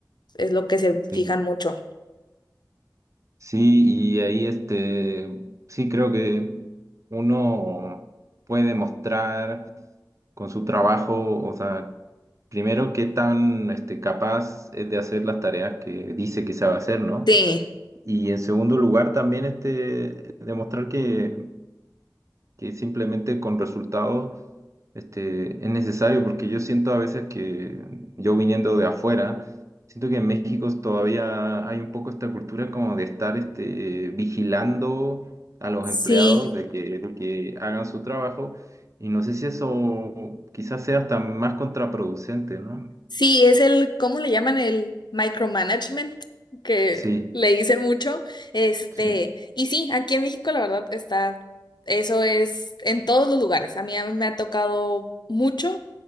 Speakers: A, on the left; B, on the right.
A: es lo que se
B: Sí,
A: fijan mucho.
B: sí, y ahí este, sí creo que uno puede mostrar con su trabajo, o sea, primero qué tan este, capaz es de hacer las tareas que dice que sabe hacer, ¿no?
A: Sí,
B: Y en segundo lugar también este, demostrar que que simplemente con resultados este, es necesario, porque yo siento a veces que yo viniendo de afuera, siento que en México todavía hay un poco esta cultura como de estar este, vigilando a los
A: sí,
B: empleados de que, de que hagan su trabajo, y no sé si eso quizás sea hasta más contraproducente, ¿no?
A: sí, es el, ¿cómo le llaman? El micromanagement que
B: Sí,
A: le dicen mucho. Este,
B: sí,
A: y sí, aquí en México la verdad está, eso es en todos los lugares. A mí me ha tocado mucho.